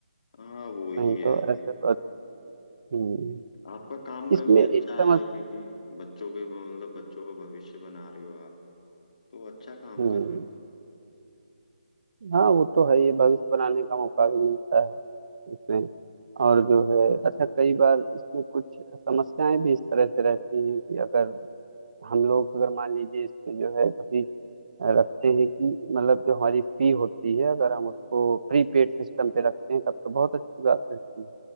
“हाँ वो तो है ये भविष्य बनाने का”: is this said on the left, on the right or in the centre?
Right